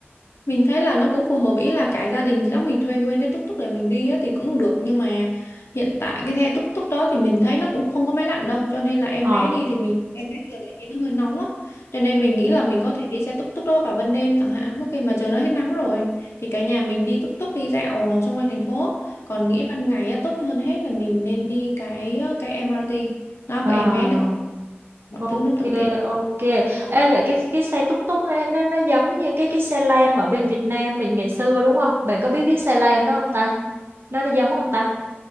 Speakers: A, on the left (about 75°); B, on the right (about 60°).
A: Mình thấy là nó cũng phù hợp ý là cả gia đình chắc mình thuê nguyên cái túc túc để mình đi á, thì cũng được nhưng mà hiện tại cái xe túc túc đó thì mình thấy nó cũng không có máy lạnh đâu cho nên là em
B: Ồ.
A: bé đi thì mình em bé thường là đi nó hơi nóng á cho nên mình nghĩ là mình có thể đi xe túc túc đó vào ban đêm chẳng hạn lúc khi mà trời nó hết nắng rồi thì cả nhà mình đi túc túc đi dạo xung quanh thành phố còn nghĩ ban ngày á, tốt hơn hết là mình nên đi cái cái MRT đó
B: À,
A: cái em bé để có mọi
B: ok
A: thứ nó thuận tiện
B: ok Ê, vậy cái cái, cái xe túc túc ấy, nó nó giống như cái cái xe lam ở bên Việt Nam mình ngày xưa đúng không? Bạn có biết cái xe lam đó không ta? Nó nó giống không ta?